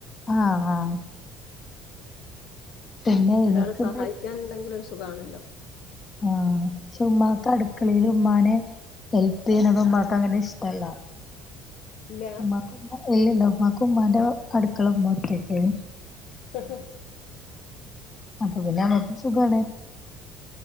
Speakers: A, on the left (about 25°); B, on the left (about 70°).
A: ആഹ്ആഹ് പിന്നെ
B: ഒരാള്
A: എനിക്ക്
B: സഹായിക്കാന്ണ്ടെങ്കിലൊര്
A: ബ്രേക്ക്
B: സുഖാണല്ലൊ
A: ആഹ്. ക്ഷെ ഉമ്മാക്ക് അട്ക്കളേല് ഉമ്മാനെ ഹെൽപ്പെയ്യ്ണതും ഉമ്മാക്ക അങ്ങനെ ഇഷ്ടല്ല.
B: ഇല്ല
A: ഉമ്മാക് <unintelligible> എല്ലിണ്ടാവും. ഉമ്മാക്ക് ഉമ്മാന്റെ അട്ക്കള ഉമ്മാക്ക് <unintelligible>
B: അഹ്
A: അപ്പംപിന്നെ അമ്മക്കും സുഖാണ്